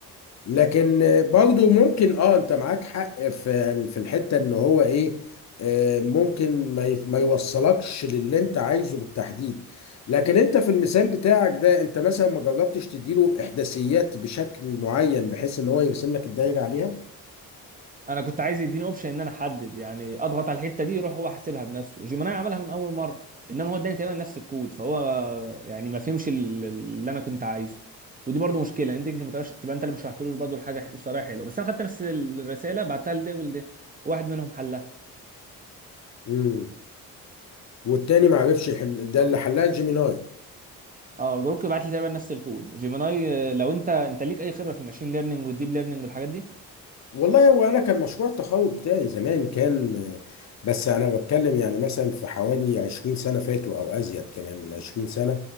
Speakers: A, on the left (about 40°); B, on the right (about 20°).
A: لكن برضو ممكن اه انت معاك حق في في الحته ان هو ايه آه، ممكن ما ي- ما يوصلكش للي انت عايزه بالتحديد لكن انت في المثال بتاعك ده انت مثلا ما جربتش تديله احداثيات بشكل معين بحيث ان هو يرسم لك الدايره عليها؟
B: انا كنت عايز يديني اوبشن ان انا احدد يعني اضغط على الحته دي يروح هو حاسبها بنفسه جيميناي عملها من اول مره انما هو اداني تقريبا نفس الكود فهو يعني ما فهمش ال- اللي انا كنت عايزه ودي برضو مشكله انت يمكن ما تبقاش تبقى انت اللي مش شرحتلوش برضو الحاجه مش شرحها حلو بس انا خدت نفس الرساله بعتها لده ولده واحد منهم حلها
A: مم. والتاني ما عرفش يحل ده اللي حلها جيميناي
B: اه جروك بعت لي تقريبا نفس الكود جيميناي آه، لو انت انت ليك اي خبره في الماشين ليرنينج والديب ليرنينج والحاجات دي
A: والله هو انا كان مشروع التخرج بتاعي زمان كان بس انا بتكلم يعني مثلا في حوالي 20 سنه فاتوا او ازيد كمان من 20